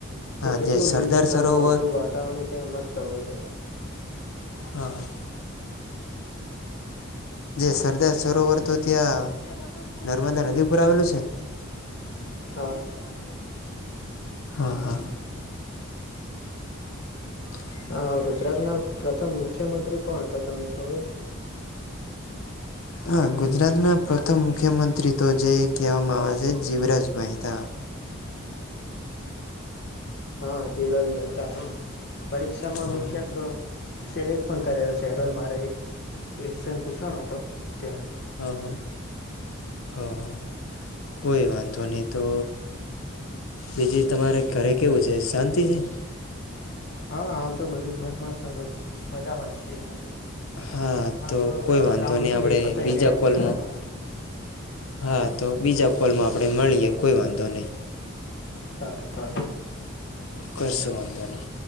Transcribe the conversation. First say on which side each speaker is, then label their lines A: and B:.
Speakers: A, on the left; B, on the left.
A: હા
B: તે કેટલું
A: જે સરદાર
B: લીલુંછમ
A: સરોવર
B: ને બધું વાતાવરણ ત્યાં મસ્ત. તો હોય છે.
A: હા હા. જે સરદાર સરોવર તો ત્યા નર્મદા નદી ઉપર આવેલું છે. <unintelligible>
B: હા
A: હા હા. <unintelligible>
B: અ ગુજરાતના પ્રથમ મુખ્યમંત્રી કોણ હતા તમને ખબર
A: હા, ગુજરાત ના પ્રથમ મુખ્યમંત્રી તો જે કહેવામાં આવે છે, જીવરાજ મહેતા.
B: હા, જીવરાજ મહેતા. હા, પરીક્ષામાં
A: હા
B: મેં ક્યાંક સિલેક્ટ પણ કરેલો છે જ મારે એક કેશ્વન પૂછાનો હતો ત્યાં.
A: હા હા હા હા, કોઈ વાંધો નહી. તો બીજી તમારે ઘરે કેવું છે? શાંતિ છે?
B: હા, હાલ તો બધી બસ મસ્ત, બહુ મજામાં જ છીએ તો.
A: હા, તો
B: થોડું
A: કોઈ વાંધો
B: કામ
A: નહી,
B: હતું
A: આપડે
B: એ પતાયને
A: બીજા કોલમાં.
B: બતાવ્યો
A: હા, તો બીજા કોલમાં આપણે મળીએ, કોઈ વાંધો નહી.
B: સારું સારું.
A: કશો વાંધો નહી?